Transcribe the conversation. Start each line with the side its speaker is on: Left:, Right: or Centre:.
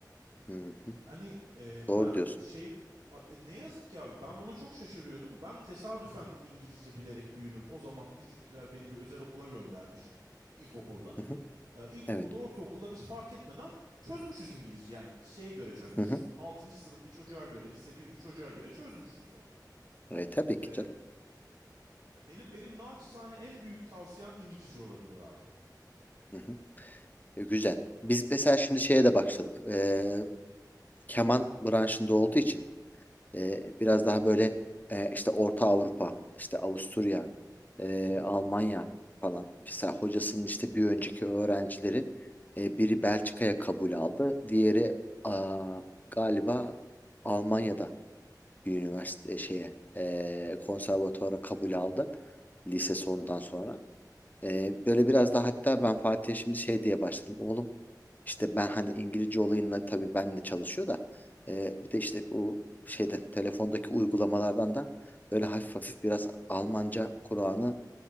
Left: Hı hı.
Right: Hani e,
Left: Doğru
Right: ben
Left: diyorsun.
Right: şey a- e, ne yazık ki abi ben buna çok şaşırıyordum. Ben tesadüfen İngilizce bilerek büyüdüm. O zaman bizimkiler beni bir özel okula göndermiş ilkokulda.
Left: Hı hı.
Right: E, ilkokulda
Left: Evet.
Right: ortaokulda biz fark etmeden çözmüşüz İngilizce. Yani şeye göre çözmüşüz.
Left: Hı hı.
Right: Altıncı sınıf bir çocuğa göre, lise 1 bir çocuğa göre çözmüşüz o zaman.
Left: E, tabii
Right: E,
Left: ki canım.
Right: ya benim benim naçizane en büyük tavsiyem İngilizce olabilir abi.
Left: Hı hı. E, güzel. Biz mesela şimdi şeye de başladık. E, keman branşında olduğu için E, biraz daha böyle e, işte Orta Avrupa, işte Avusturya, e,
Right: Hı hı.
Left: Almanya falan. Mesela hocasının işte bir önceki öğrencileri e, biri Belçika'ya kabul aldı. Diğeri aa, galiba Almanya'da bir üniversite e, şeye e, konservatuara kabul aldı lise sonundan
Right: Aha.
Left: sonra. E, böyle biraz da hatta ben Fatih'e şimdi şey diye başladım. Oğlum işte ben hani İngilizce olayınla tabii benle çalışıyor da e, bir de işte bu şeyde telefondaki uygulamalardan da böyle hafif hafif biraz Almanca Kur'an'ı